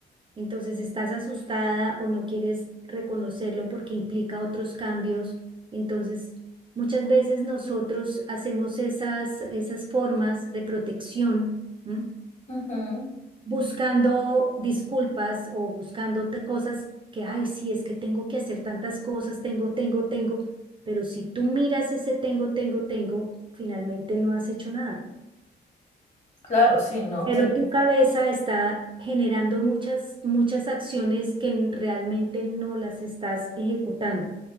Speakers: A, on the right; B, on the left.
A: Entonces estás asustada o no quieres reconocerlo porque implica otros cambios. Entonces, muchas veces nosotros hacemos esas, esas formas de protección, ¿m?
B: Ujú,
A: buscando disculpas o buscando te- cosas que, ay, sí, es que tengo que hacer tantas cosas, tengo, tengo, tengo, pero si tú miras ese tengo, tengo, tengo, finalmente no has hecho nada.
B: Claro, sí, no,
A: Pero
B: tiene.
A: tu cabeza está generando muchas, muchas acciones que n- realmente no las estás ejecutando.